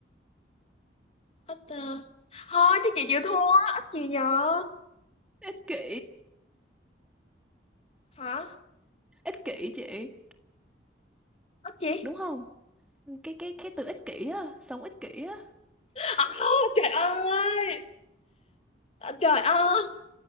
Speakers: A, on the left (about 35°); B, in the centre.
A: ít, ờ. Thôi, chứ chị chịu thua. Ít gì giờ?
B: ích kỷ
A: Hả?
B: ích kỷ chị
A: Ít gì?
B: đúng không cái cái cái từ ích kỷ á sống ích kỷ á
A: À, trời ơi! À, trời ơi!